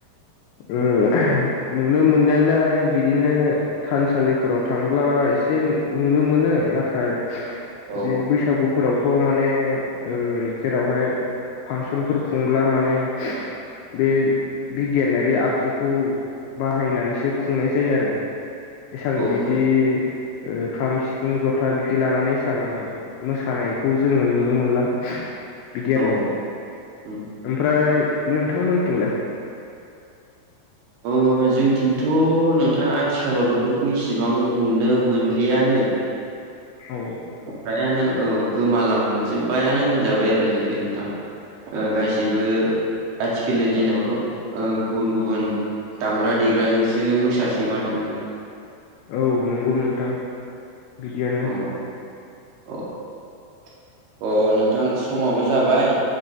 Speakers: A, on the left (about 80°); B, on the right (about 75°).
A: ओ नुनो मोननायालाय बिदिनो थानसालिफोराव थांब्ला एसे नुनो मोनो नाथाय
B: औ
A: बिदि बैसागुफोराव थ' माने ओ जेरावहाय फांसनफोर खुंब्ला माने बे बिगियानारि आगजुखौ बाहायनानैसो खुंनाय जायो आरो एसां
B: औ
A: बिदि
B: औ
A: ओ खाम सिफुं जथा बिदि लानानै एसां मोसानायखौ जोङो नुनो मोनला बिदि आरो
B: औ उम
A: ओमफ्राय नोंथांमोनथिंलाय
B: अ जोंथिंथ' नोंथाङा आथिखालाव बेफोरखौ इसेबां नुनो मोनलियानो।
A: औ
B: फ्रायानो औ गोमालांजोब्बायानो होनजाबाय आरो जोंनिखै नोंथां। ओ गासिबो आथिखालनि
A: आदसा
B: दिनावथ' ओ गुबुन गुबुन दामग्रा देग्राजोंसो मोसासै माथो नोंथां।
A: औ नंगौ नोंथां बिदियानो
B: औ औ अ नोंथां समाबो जाबाय